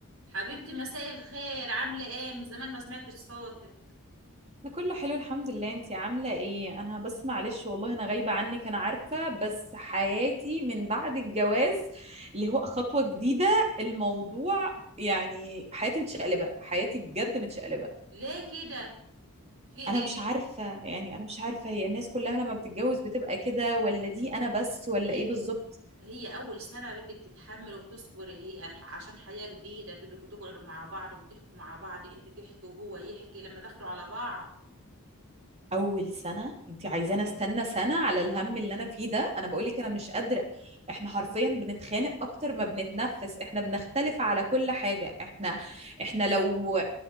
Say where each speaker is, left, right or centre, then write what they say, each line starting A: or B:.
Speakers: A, on the right (about 65°); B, on the right (about 30°).
A: حبيبتي مساء الخير عاملة ايه من زمان ما سمعتش صوتك
B: انا كله حلو الحمد لله انتي عامله ايه انا بس معلش والله انا غايبه عنك انا عارفه بس حياتي من بعد الجواز اللي هو خطوه جديده الموضوع يعني حياتي متشقلبه حياتي بجد متشقلبه
A: ليه كده في ايه
B: انا مش عارفه يعني انا مش عارفه هي الناس كلها لما بتتجوز بتبقى كده ولا دي انا بس ولا
A: هي
B: ايه بالظبط
A: هي اول سنة بدك تتحمل وتصبري هي الح- عشان حياة جديدة بدكوا تقعدوا مع بعض وتحكوا مع بعض انت تحكي وهو يحكي لما تاخدوا على بعض
B: اول سنه انت عايزاني استنى سنه على الهم اللي انا فيه ده انا بقول لك انا مش قادره احنا حرفيا بنتخانق اكتر ما بنتنفس احنا بنختلف على كل حاجه احنا احنا لو